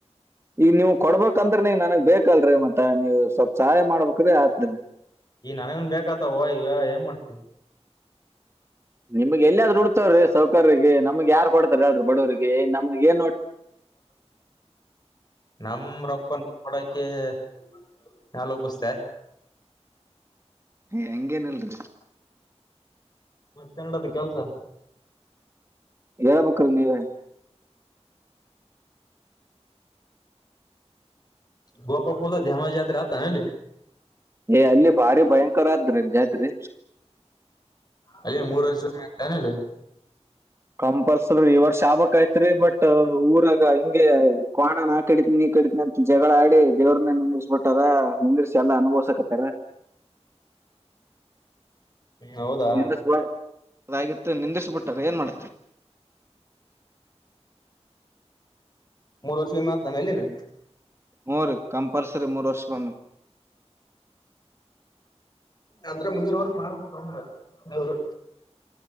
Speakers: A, on the right (about 25°); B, on the left (about 35°).
A: ಈಗ ನೀವು ಕೊಡ್ಬೇಕಂದ್ರನ ನನ್ಗ್ ಬೇಕಲ್ರರಿ ಮತ್ತ ನೀವು ಸ್ವಲ್ಪ್ ಸಹಾಯ ಮಾಡ್ಬೇಕ್ರೀ ಹಾಕ್ತೀನಿ
B: ಈ ನನಗನ್ ಬೇಕಾತವೋ ಈಗ ಏನ್ ಮಾಡ್ತಿ
A: ನಿಮಗ್ ಎಲ್ಲಿಯಾದ್ ಹುಡ್ತಾವ್ರೀ ಸೌಕರಿಗೆ ನಮ್ಗ್ ಯಾರ್ ಕೊಡ್ತಾರ ಹೇಳ್ರಿ ಬಡವರಿಗೆ ನಮ್ಗೆ ಏನ್ ನೋಡ್
B: ನಮ ರೊಕ್ಕ ನೋಡಕ್ಕೆ <unintelligible>
A: ಹಂಗೇನಿಲ್ರಿ
B: ಮತ ಇಂಗ್ನಾಡೈತಿ ಕೆಲ್ಸ
A: ಏಳ ಬೇಕು ಅಲ್ ನೀವೇ
B: ಗೋಪಪುರ ಧಾಮ ಜಾತ್ರೆ ಆತ ಏನ್ ಅಲ್ಲಿ
A: ಏ ಅಲ್ಲಿ ಭಾರಿ ಭಯಂಕರ ಆದ್ರಿ ಜಾತ್ರಿ
B: ಅಲ್ಲಿ ಮೂರ್ ವರ್ಷಾದ ಮ್ಯಾಗ <unintelligible>
A: ಕಂಪಲ್ಸರಿ ಈವರ್ಷಬೇಕಾಗಿತ್ರಿ ಬಟ್ ಅದು ಊರಾಗ ಹಿಂಗೆ ಕ್ವಾಣ ನಾ ಕಡಿತೀನಿ ಕಡಿತಿನಂತ್ ಜಗಳ ಆಡಿ ದೇವ್ರನ್ನ ನಿಂದರಸಬಿಟ್ಟಾರ ನಿಂದರ್ಸಿ ಎಲ್ಲಾ ಅನುಭವ್ಸಕತ್ತಾರ <inaudible>
B: ಹೌದಾ
A: <unintelligible> ಅದಾಗಿತ್ತು ನಿಂದಿಸ್ಬಿಟ್ಟಾರ ಏನ್ ಮಾಡ
B: ಮೂರ್ ವರ್ಷ ಮಾಡ್ತಾನ ಅಲ್ಲಿನ
A: ಹೂ ರೀ ಕಂಪಲ್ಸರಿ ಮೂರ್ ವರ್ಷಿಗೊಮ್ಮೆ
B: ಅಂದ್ರೆ ಮುಂದಿನವರ್ಷ ಮಾಡಬೇಕ ಅಂದ್ರ ದೇವೃ